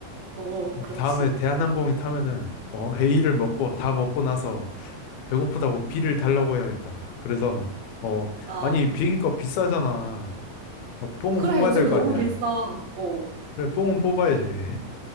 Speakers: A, on the right; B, on the left.
A: 어, 어,
B: 어,
A: 그렇지.
B: 다음에 대한항공에 타면은 어, A를 먹고 다 먹고 나서 배고프다고 B를 달라고 해야겠다. 그래서 어,
A: 아,
B: 아니 비행기값 비싸잖아. 어, 뽕은
A: 그래.
B: 뽑아야
A: 요즘에
B: 될 거
A: 너무
B: 아니야.
A: 음. 비싸. 어.
B: 그래, 뽕은 뽑아야지.